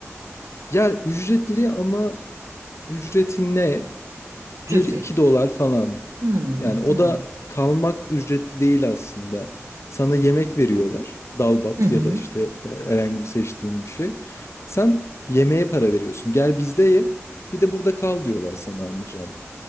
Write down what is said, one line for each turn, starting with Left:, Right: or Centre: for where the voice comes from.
Left: ya ücretli ama ücreti ne?
Right: Cüzi.
Left: Bir iki dolar falan.
Right: Hmm,
Left: Yani o
Right: tamam.
Left: da kalmak ücretli değil aslında. Sana yemek veriyorlar. Dalbat
Right: Hı hı.
Left: ya da işte e, herhangi bir seçtiğin bir şey. Sen yemeğe para veriyorsun. Gel bizde ye. Bir de burada kal diyorlar sana anlayacağım.